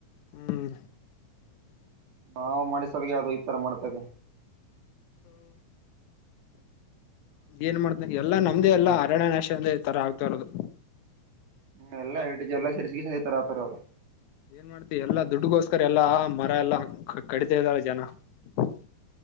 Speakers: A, on the left; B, on the right.
A: ಹ್ಮ್
B: ನಾವು ಮಾಡ ಸಲ ಯಾವ್ದದು ಈ ತರ ಮಾಡ್ತೇವೆ
A: ಏನ್ ಮಾಡ್ತ ಎಲ್ಲಾ ನಮ್ದೇ ಎಲ್ಲಾ ಅರಣ್ಯ ನಾಶ ಅ ತರ ಆಗ್ತರೋದು
B: ಹ್ಮ ಎಲ್ಲಾ ಹ ಎಲ್ಲಾ ಸರಿಸಿಗೆ ಸ ತರ ಆತಾರೆ ಅವರು
A: ಏನ್ ಮಾಡ್ತಿ ಎಲ್ಲಾ ದುಡ್ಗೋಸ್ಕರ ಎಲ್ಲಾ ಮರ ಎಲ್ಲಾ ಕಡಿತ ಇದ್ದಾರೆ ಜನ <unintelligible>